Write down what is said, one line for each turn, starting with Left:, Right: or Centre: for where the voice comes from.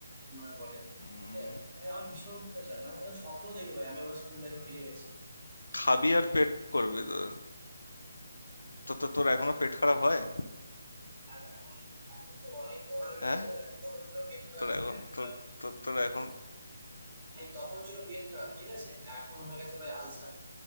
Right: মনে পড়ে
Left: উম,
Right: ঠিক আছে ভাই আমার ভীষণ রূপে চাই মানে আমার স্বপ্ন দেখি ভাই আমি আমার স্কুল লাইফে ফিরে গেছি
Left: খাবি আর পেট করবি তো তো- তো- তোর এখনো পেট খারাপ হয়
Right: আর এখন এখন তো অনেক বড় লেভেলে
Left: হ্যাঁ
Right: চলে গেছে তখন ছিল পেট খারাপ
Left: তোর
Right: ভাই
Left: এখন
Right: এখন
Left: তোর
Right: হয়-
Left: তোর- তোর এখন
Right: ভাই তখন ছিল পেট খারাপ ঠিক আছে এখন হয়ে গেছে ভাই আলসার